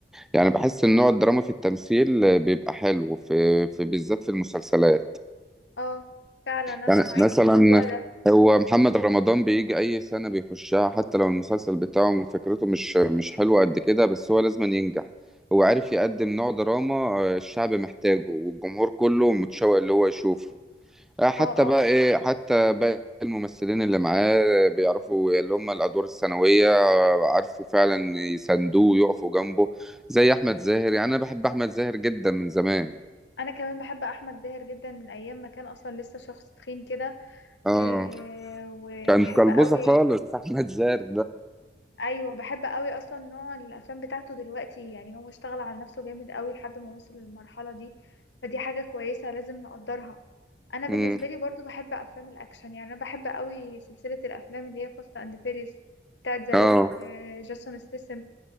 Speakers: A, in the centre; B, on the left (about 85°).
A: يعني بحس ان نوع الدراما في التمثيل بيبقى حلو في, في بالذات في المسلسلات
B: اه فعلا انا
A: يعني
B: معاك
A: مثلا
B: في الموضوع ده
A: هو محمد رمضان بيجي اي سنه بيخشها حتى لو المسلسل بتاعه فكرته مش مش حلوه قد كده بس هو لازم ينجح هو عارف يقدم نوع دراما آه، الشعب محتاجه والجمهور كله متشوق اللي هو يشوفه آه، حتى
B: اه اه
A: بقى ايه حتى باقي الممثلين اللي معاه آه، بيعرفوا اللي هم الادوار الثانويه آه، عارفوا فعلا يساندوه ويقفوا جنبه زي احمد زاهر يعني انا بحب احمد زاهر جدا من زمان
B: انا كمان بحب احمد زاهر جدا من ايام ما كان اصلا لسه شخص تخين كده
A: اه
B: آه وبحب
A: كان كلبوزه
B: قوي
A: خالص احمد زاهر
B: ايوه بحب قوي اصلا نوع الافلام بتاعته دلوقتي يعني هو اشتغل على نفسه جامد قوي لحد ما وصل للمرحله دي فدي حاجه كويسه لازم نقدرها انا بالنسبه
A: ده
B: لي برضو بحب افلام الاكشن يعني انا بحب قوي سلسله الافلام اللي هي فاست اند فيريز بتاعت ذا
A: اه
B: روك وجاسون ستاثام